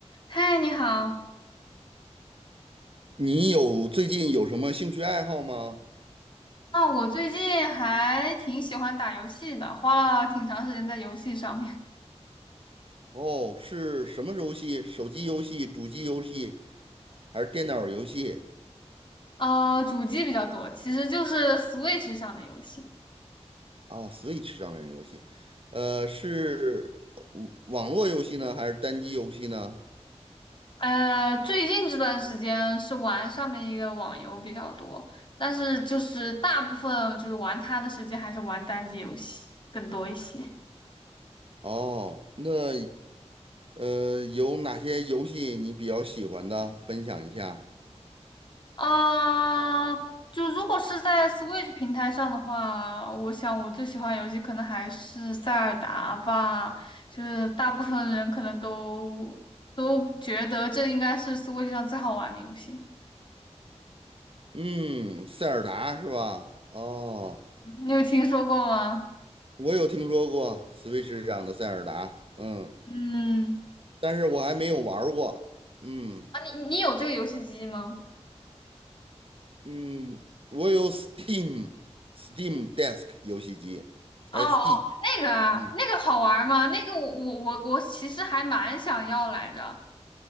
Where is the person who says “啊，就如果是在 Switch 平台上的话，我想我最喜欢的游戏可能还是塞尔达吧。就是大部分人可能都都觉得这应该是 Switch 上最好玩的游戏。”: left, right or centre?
Left